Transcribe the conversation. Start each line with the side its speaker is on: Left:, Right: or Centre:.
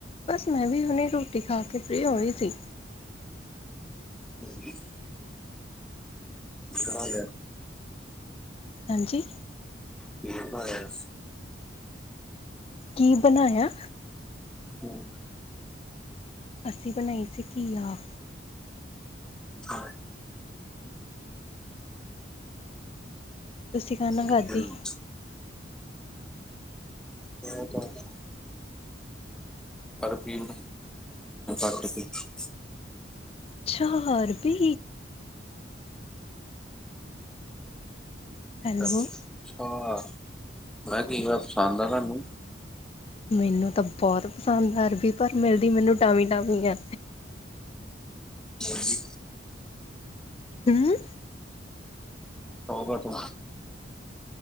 Left: ਬਸ ਮੈਂ ਵੀ ਹੁਣੇ ਰੋਟੀ ਖਾ ਕੇ ਫਰੀ ਹੋਈ ਸੀ਼।
Centre: ਹਾਂਜੀ ਕੀ ਬਣਾ ਲਿਆ
Left: ਹਾਂਜੀ।
Centre: ਕੀ ਬਣਾਇਆ
Left: ਕੀ ਬਣਾਇਆ?
Centre: ਹੂ,,,
Left: ਅਸੀਂ ਬਣਾਈ ਸੀ ਘੀਆ਼।
Centre: ਹਾਂ
Left: ਤੁਸੀਂ ਖਾਣਾ
Centre: ਚਿਕਨ
Left: ਖਾਧੀ
Centre: <unintelligible> ਅਰੇਬੀ ਨੂੰ <unintelligible>
Left: ਅੱਛਾ ਅਰਬੀ ਹੈਲੋ
Centre: ਅੱਛਾ, ਮੈਂ ਕੀ ਹੋਇਆ ਪਸੰਦ ਆ ਤੁਹਾਨੂੰ
Left: ਮੈਨੂੰ ਤਾਂ ਬਹੁਤ ਪਸੰਦ ਆਰਬੀ ਪਰ ਮਿਲਦੀ ਮੈਨੂੰ ਟਾਵੀ ਟਾਵੀ ਆ
Centre: ਹਾਂਜੀ।
Left: ਹੂ,,,
Centre: ਹਾ ਓ ਕਰ ਤੂੰ।